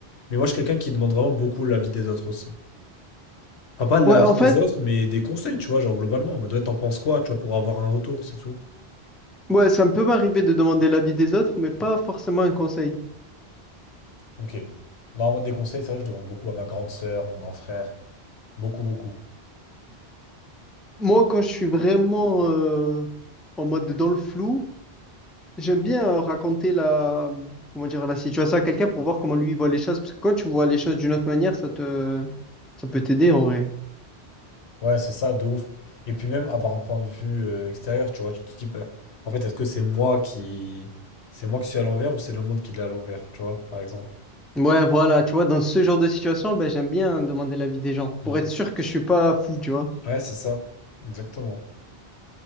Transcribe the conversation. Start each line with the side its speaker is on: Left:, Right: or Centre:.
Left: Mais moi, je suis quelqu'un qui demande vraiment beaucoup l'avis des autres aussi. Enfin, pas l'avis
Centre: Ouais, en
Left: des
Centre: fait,
Left: autres, mais des conseils, tu vois, genre globalement. En mode, ouais, t'en penses quoi, tu vois, pour avoir un retour, c'est tout.
Centre: ouais, ça me peut m'arriver de demander l'avis des autres, mais pas forcément un conseil.
Left: Ok. Non, en mode des conseils, c'est vrai que je demande beaucoup à ma grande sœur, mon grand frère. Beaucoup, beaucoup.
Centre: Moi, quand je suis vraiment euh, en mode dans le flou, J'aime bien euh, raconter la, comment dire, la situation à quelqu'un pour voir comment lui il voit les choses. Parce que quand tu vois les choses d'une autre manière, ça te, ça peut t'aider en vrai.
Left: Ouais, c'est ça, de ouf. Et puis même avoir un point de vue euh, extérieur, tu vois, tu te dis, bah, en fait, est-ce que c'est moi qui... C'est moi qui suis à l'envers ou c'est le monde qui est à l'envers, tu vois, par exemple.
Centre: Ouais, voilà, tu vois, dans ce genre de situation, ben, j'aime bien demander l'avis des gens pour
Left: Mm.
Centre: être sûr que je suis pas fou, tu vois.
Left: Ouais, c'est ça. Exactement.